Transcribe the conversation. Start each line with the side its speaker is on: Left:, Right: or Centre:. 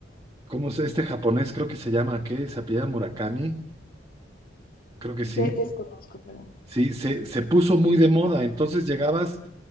Right: ¿cómo es este japonés? Creo que se llama, ¿qué? ¿Se apellida Murakami? Creo que sí
Left: De- desconozco, pero.
Right: Sí, se, se puso muy de moda. Entonces llegabas